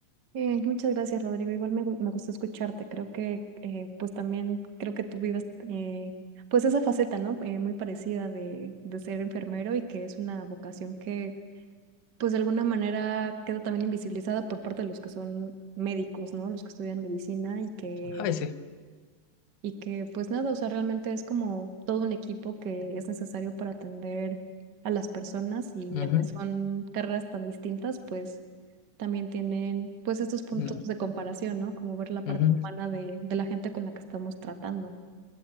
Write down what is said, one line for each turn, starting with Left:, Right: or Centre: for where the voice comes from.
Right: Eh, muchas gracias, Rodrigo. Igual me, gu- me gustó escucharte. Creo que, eh, pues también, creo que tú vives, eh, pues esa faceta, ¿no? Eh, muy parecida de, de ser enfermero y que es una vocación que, pues de alguna manera queda también invisibilizada por parte de los que son médicos, ¿no? Los que estudian medicina y que
Left: A veces.
Right: y que pues nada, o sea, realmente es como todo un equipo que es necesario para atender a las personas y
Left: Ujú.
Right: aunque son carreras tan distintas, pues también tienen pues estos puntos
Left: No.
Right: de comparación, ¿no? Como ver la parte
Left: Ujú,
Right: humana de, de la gente con la que estamos tratando.